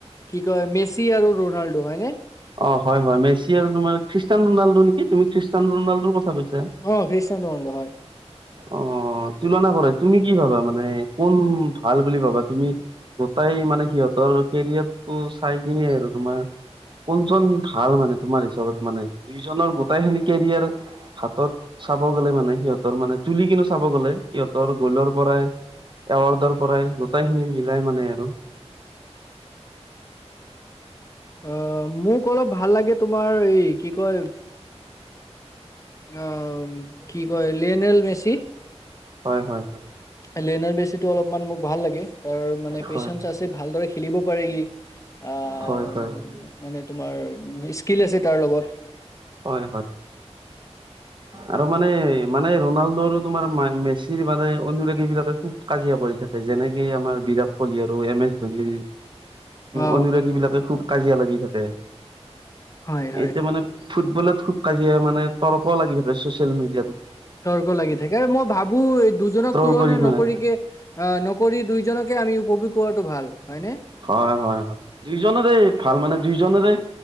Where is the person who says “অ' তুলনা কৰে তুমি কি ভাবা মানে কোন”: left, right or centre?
Right